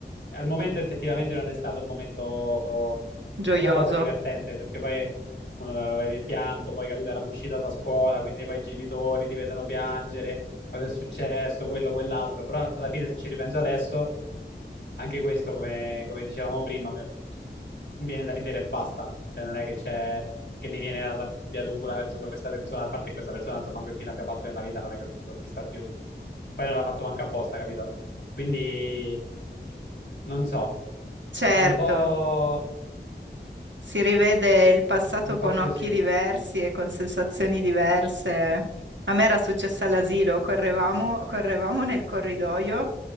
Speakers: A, on the left; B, on the right.
A: Al momento effettivamente non è stato un momento,
B: gioioso.
A: una cosa divertente, perché poi uno aveva pianto, poi capito era l'uscita da scuola, quindi poi i genitori ti vedono piangere, cosa è successo, quello, quell'altro, però alla fine se ci ripenso adesso anche questo, come, come dicevamo prima, mi ci- mi viene da ridere e basta. Cioè, non è che c'è che mi viene l'arrabbiatura verso questa persona, a parte questa persona, insomma, che fine abbia fatto nella vita, non è che l'ho vista più. Poi non l'ha fatto manco apposta, capito? Quindi, non so,
B: Certo.
A: è un po',
B: Si rivede il passato
A: un po'
B: con
A: così.
B: occhi diversi e con sensazioni diverse. A me era successo all'asilo, correvamo, correvamo nel corridoio,